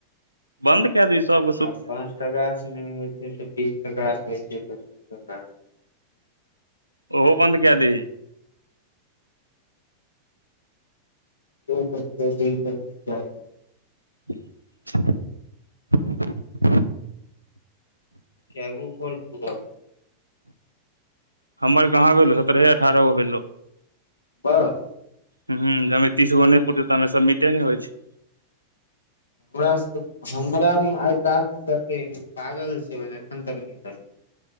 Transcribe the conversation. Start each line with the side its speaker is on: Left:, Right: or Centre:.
Right: बन्द कै दी सब
Left: आ पाँच टाकासँ नय होइ छै तऽ बीस टाकासँ होइ छै पच्चीस टाकासँ
Right: ओहो बन्द कै दही
Left: द क दि <inaudible> न त जा
Right: <inaudible>
Left: कैगो कोल पूरा
Right: हमर कहाँ भेलौ सत्ररहे अठारह गो भेलो
Left: बाह
Right: हूँ जमे तीसगो नहि पुरतै तामे सबमिटे नहि होइ छै
Left: हमरा तऽ पसन्द रहे बात दाल सब्जि पागल छै एखन तक नहि दऽ